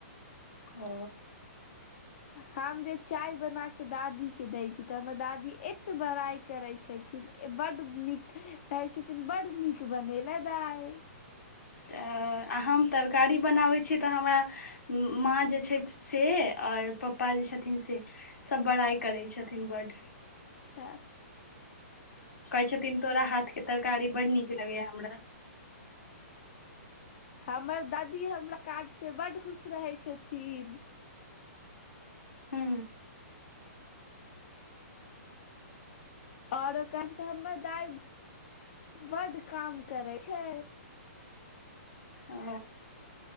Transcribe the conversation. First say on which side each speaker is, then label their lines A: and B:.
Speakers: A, on the left; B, on the left.
A: ओ
B: हम जे चाय बना केे दादी के दै छी त हमर दादी एत बड़ाइ करे छथिन बड नीक कहै छथिन बड नीक बनेले दाय
A: त हम तरकारी बनाबैत छी त हमरा माँ जे छै से ओर पप्पा जे छथिन से सभ बड़ाई करै छथिन बड
B: अच्छा
A: कहै छथिन तोरा हाथ के तरकारी बड नीक लगैय हमरा
B: हमर दादी हमरा काजसँ बड्ड खुश रहै छथिन
A: हू
B: आओरो कहै छै हमर दाइ बड काम करै छै
A: ओ